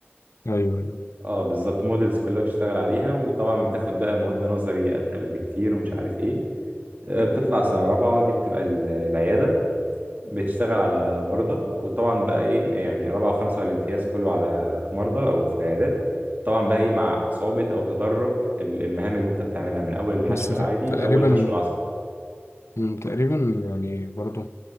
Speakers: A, on the left; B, on the right.
A: ايوه ايوه
B: اه بالظبط مودلز كلها بتشتغل عليها وطبعا بتاخد بقى مواد نظري اتقل بكتير ومش عارف ايه آه، بتطلع سنه رابعه دي بتبقى ال- العياده بتشتغل على مرضى وطبعا بقى ايه يعني رابعه وخمسه والامتياز كله على مرضى او في العيادات طبعا بقى ايه مع صعوبه او تدرج ال- المهام اللي انت بتعملها من اول الحشو
A: بس ت-
B: العادي
A: تقريبا
B: لاول حشو العصب
A: مم، تقريبا يعني برضو